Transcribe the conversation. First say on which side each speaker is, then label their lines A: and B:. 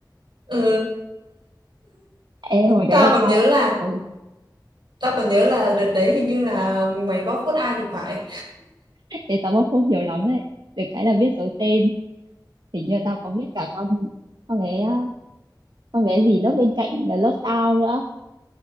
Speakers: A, on the right; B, on the right.
A: Ừ,
B: ê hồi đấy
A: tao
B: là
A: còn
B: tao
A: nhớ là
B: ừ
A: tao còn nhớ là đợt đấy hình như là mày bóc phốt ai thì phải.
B: ê, tao bóc phốt nhiều lắm đấy được cái là viết dấu tên hình như tao có viết cả con con bé à, con bé gì lớp bên cạnh à, lớp tao nữa